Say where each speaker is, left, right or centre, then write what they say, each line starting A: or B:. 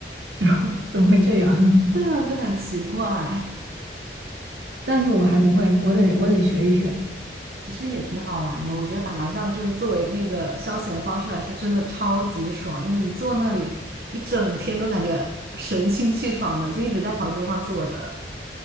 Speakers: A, on the right (about 80°); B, on the right (about 55°).
A: <laughs> 怎么会这样？
B: <laughs> 对啊，就很奇怪。
A: <laughs> 但是我还不会，我得我得学一学。
B: 其实也挺好玩的，我觉得打麻将就是作为这个消遣方式来说，真的超级爽，因为一坐那里一整天都感觉神清气爽的，就一直在跑桌上坐着。